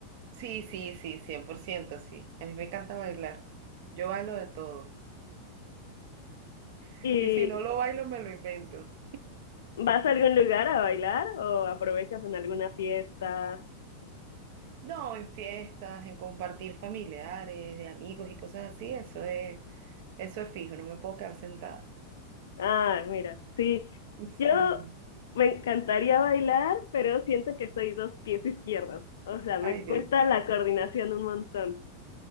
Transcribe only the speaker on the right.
Sí, sí, sí, cien por ciento, sí. A mí me encanta bailar. Yo bailo de todo. <laughs>
Y si no lo bailo, me lo invento.
No, en fiestas, en compartir familiares, de amigos y cosas así, eso es, eso es fijo, no me puedo quedar sentada.
Sí.
Ay,
Dios.